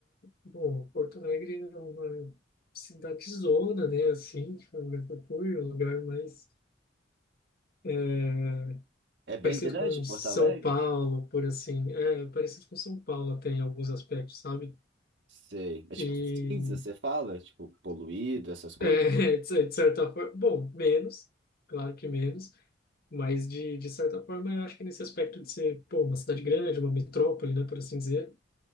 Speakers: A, on the left; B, on the right.
A: bom, Porto Alegre é uma cidadezona, né, assim, que foi um lugar que eu fui, um lugar mais é,
B: É bem
A: parecido
B: grande
A: com
B: Porto
A: São
B: Alegre?
A: Paulo, por assim, é, parecido com São Paulo até em alguns aspectos, sabe?
B: Sei. É tipo
A: E,
B: cinza, você fala? Tipo, poluído, essas coisas?
A: é, <laughs> de cer- de certa forma, bom, menos, claro que menos, mas de, de certa forma, eu acho que nesse aspecto de ser, pô, uma cidade grande, uma metrópole, né, por assim dizer,